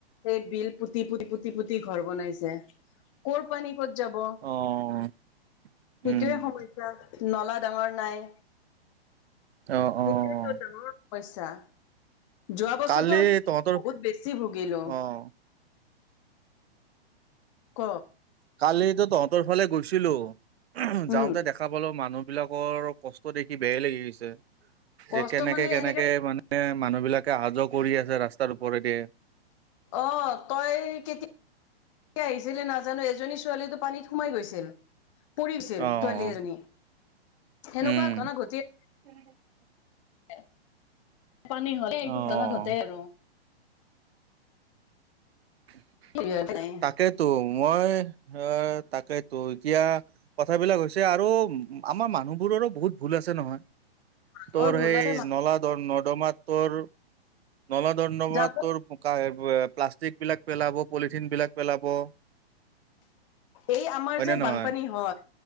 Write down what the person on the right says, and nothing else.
অ', উম,
অ',
অ',
কালি
তহঁতৰ
অ',
কালিতো তহঁতৰ ফালে গৈছিলো যাওঁতে
দেখা পালো মানুহ বিলাকৰ কষ্ট দেখি বেয়াই লাগি গৈছে।
যে কেনেকে
কেনেকে
মানে মানুহ বিলাকে আহা যোৱা কৰি আছে ৰাস্তাৰ ওপৰেদি।
অ',
উম,
<inaudible>
অ',
<inaudible>
তাকেতো মই আ তাকেইতো এতিয়া কথাবিলাক হৈছে আৰু আমাৰ মানুহবোৰৰো বহুত ভুল আছে নহয়।
তোৰ
সেই
নলা দৰ নৰ্দমাত তোৰ নলাদন্ৰৰ্মাত
তোৰ কা এই প্লাষ্টিক বিলাক পেলাব পলিথিন বিলাক পেলাব।
হয়নে
নহয়